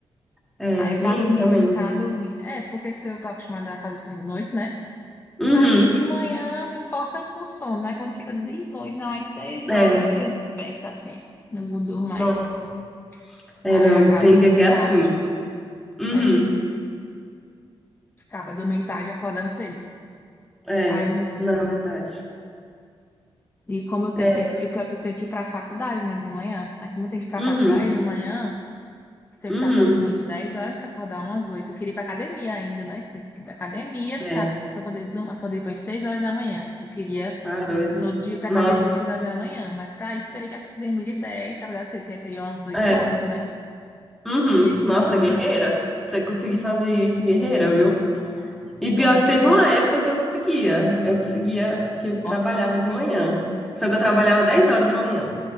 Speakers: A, in the centre; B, on the left.
A: É,
B: Aí
A: tem
B: pra dormir,
A: isso também.
B: de- pra dormir. É, porque se eu tô acostumada a fazer isso de noite, né?
A: Uhum.
B: Aí de manhã não importa com o sono, né? Quando chega de noite, não, às seis horas
A: É,
B: eu desperto assim. Não durmo mais.
A: não. É,
B: Aí
A: não.
B: acabo
A: Tem
B: dormindo
A: dia que é assim.
B: tarde,
A: Uhum.
B: né? Acaba dormindo tarde, e acordando cedo.
A: É,
B: Aí, minha filha.
A: na verdade.
B: E como eu
A: É,
B: tenho que, e pior que eu tenho que ir pra faculdade, né, de manhã. Aí como eu tenho que ir pra
A: uhum.
B: faculdade de manhã. Teve
A: Uhum.
B: que estar tá dormindo 10 horas para acordar umas oito Eu queria ir para academia ainda, né? Tem que ir para academia
A: É,
B: para poder, dur- acordar para 6 horas da manhã. Eu queria
A: tá doido.
B: todo dia ir para
A: Nossa.
B: academia às 6 horas da manhã, mas para isso eu teria que acor- dormir de 10 para acordar de 6, que aí seriam umas oito
A: É,
B: horas, né?
A: uhum.
B: Porque senão,
A: Nossa, guerreira.
B: não
A: Você conseguir fazer isso, guerreira, viu? E pior
B: vou conseguir.
A: que teve uma época que eu conseguia. Eu conseguia, que eu trabalhava
B: Nossa.
A: de manhã. Só que eu trabalhava 10 horas da manhã.